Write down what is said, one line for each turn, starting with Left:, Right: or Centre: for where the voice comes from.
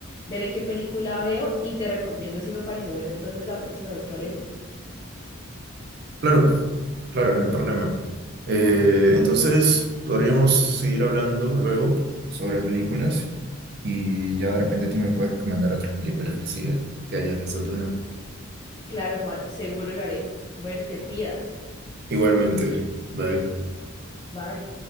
Left: veré qué película veo y te recomiendo si me pareció buena entonces la próxima vez que hablemos.
Right: Claro, claro, no hay problema. Eh, entonces, podríamos seguir hablando luego sobre películas y ya de repente tú me puedes recomendar otras películas que sigan, que hayas visto tú, ¿no?
Left: Claro, Juan, seguro lo haré. Bueno, te cuidas.
Right: Igualmente. Bye.
Left: Bye.